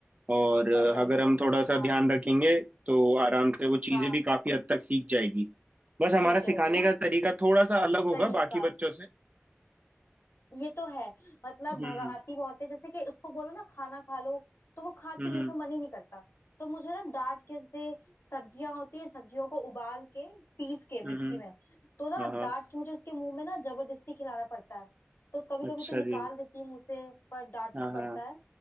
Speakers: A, on the right; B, on the left.
A: और
B: बढ़
A: अगर
B: जाएगी
A: हम
B: मतलब
A: थोड़ा सा
B: हाँ
A: ध्यान रखेंगे तो आराम से वो चीज़ें
B: हाँ
A: भी काफ़ी हद तक सीख जाएगी बस हमारा
B: सीख
A: सिखाने
B: जाएगी ना
A: का तरीका थोड़ा सा अलग होगा
B: तरीका
A: बाकी बच्चों से
B: ये तो है मतलब
A: हम्म
B: भगाती बहुत है जैसे कि उसको बोलो ना खाना खा लो तो वो खाती
A: हम्म
B: है उसमें मन ही नहीं करता तो मुझे ना डांट के जैसे सब्जियां होती है सब्जियों को उबाल के पीस के
A: हम्म
B: मिक्सी
A: हम्म,
B: में तो ना
A: हाँ हाँ
B: डांट के मुझे उसके मुंह में ना जबरदस्ती खिलाना पड़ता है तो कभी
A: अच्छा
B: कभी तो निकाल
A: जी
B: देती है मुंह से पर डांटना
A: हाँ हाँ
B: पड़ता है